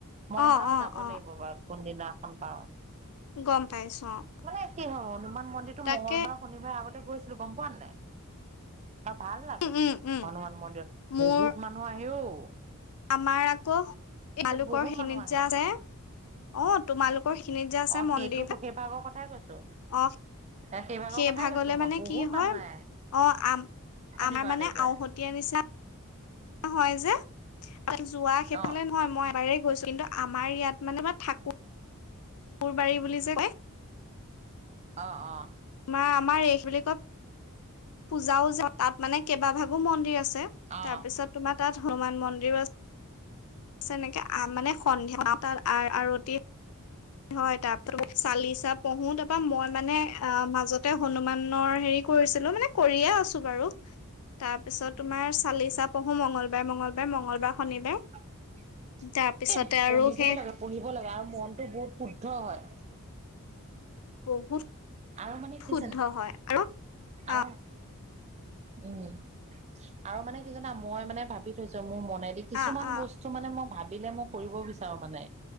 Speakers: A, on the right; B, on the left.
A: মই
B: অ',
A: বাৰু
B: অ',
A: যাব
B: অ',
A: লাগিব বাৰু কোনদিনাখন পাৰোঁ।
B: গম পাইছো অ',
A: মানে কি হয় হনুমান মন্দিৰটো
B: তাকে
A: মঙ্গলবাৰ শনিবাৰ আগতে। গৈছিলো গম পোৱা নাই আৰু ভাল লাগে
B: উম, উম, উম,
A: হনুমান মন্দিৰত।
B: মোৰ
A: বহুত মানুহ আহে অও।
B: আমাৰ আকৌ তেওঁলোকৰ
A: বহুত
B: খিনিত
A: মানুহ আহে।
B: যে আছে অ তোমালোকৰ খিনিত যে আছে
A: অ
B: মন্দিৰ
A: সেইটো
B: ভাগ
A: সেইভাগৰ কথাই কৈছো। এ সেইভাগৰ
B: সেই
A: কথাই
B: ভাগলে
A: কৈছো মই
B: মানে
A: বহুত
B: কি হয়
A: মানুহ আহে
B: অ আম
A: শনিবাৰ
B: আমাৰ মানে
A: দেওবাৰে
B: আমাৰ আওহতীয়া নিচিনা হয় যে যোৱা সেইফালে
A: অ
B: নহয় মই ব ছ কিন্তু আমাৰ ইয়াত মানে বা থাকো মোৰ বাৰী বুলি যে কয়
A: অ -অ
B: মাৰ আমাৰ এই বুলি কয় পূজাও যা তাত মানে কেইবা ভাগো মন্দিৰ আছে।
A: অ
B: তাৰ পিছত তোমাৰ তাত হনুমান মন্দিৰও আছে তেনেকে মানে সন্ধিয়া তাত আৰতি হয় তাৰপিছত চালিচা পঢ়ো তাৰপা মই মানে অ মাজতে হনুমান হেৰি কৰিছিলো মানে কৰিয়ে আছো বাৰু তাৰ পিছত তোমাৰ চালিচা পঢ়ো মঙগলবাৰে মঙগলবাৰে মঙগলবাৰে শনিবাৰ
A: <inaudible>
B: তাৰ পিছতে
A: এ
B: আৰু
A: পঢ়িবও
B: সেই
A: লাগে পঢ়িব লাগে আৰু মনতটো বহুত শুদ্ধ হয়।
B: বহুত
A: আৰু মানে কি
B: শুদ্ধ
A: জানে
B: হয় আৰু
A: আৰু
B: অ
A: উম আৰু মানে কি জনা মই মানে ভাবি থৈছো মোৰ মন মানে কিছুমান
B: অ অ
A: বস্তু মানে মই ভাবিলে মই কৰিব বিচাৰো মানে